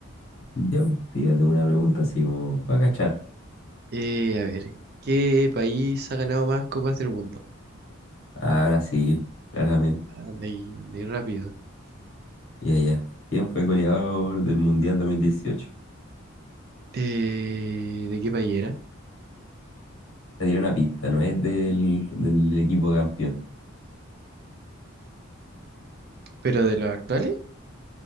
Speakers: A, on the left; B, on the right.
A: Yo, tírate una pregunta así como para cachar.
B: Eh, a ver, ¿qué país ha ganado más copas del mundo?
A: A Brasil, claramente.
B: Anda ahí, anda ahí rápido.
A: Y allá. ¿Quién fue el goleador del Mundial dos mil dieciocho,
B: Eh, ¿de qué país era?
A: Te dieron una pista, no es del, del equipo campeón.
B: ¿Pero de los actuales?